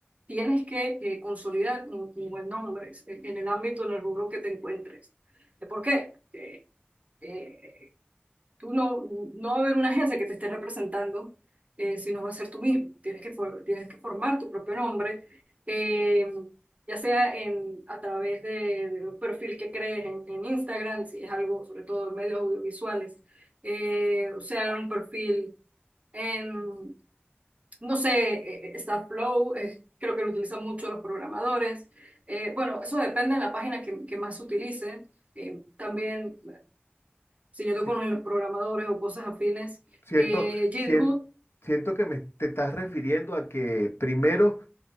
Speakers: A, on the right (about 35°); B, on the left (about 75°).
A: tienes que eh, consolidar un, un buen nombre en en el ámbito, en el rubro que te encuentres. Eh, ¿Por qué? Porque, eh, tú no, no va a haber una agencia que te esté representando, eh, si no va a ser tú mismo. Tienes que, for- tienes que formar tu propio nombre, eh, ya sea en, a través de, de un perfil que crees en, en Instagram, si es algo, sobre todo en medios audiovisuales, eh, o sea, un perfil en no sé, eh, está Flow, eh, creo que lo utilizan mucho los programadores. Eh, bueno, eso depende de la página que, que más se utilice. Eh, también, si yo toco
B: Sí,
A: con los programadores o cosas afines,
B: Siento,
A: eh,
B: sien-
A: GitHub,
B: siento que me te estás refiriendo a que primero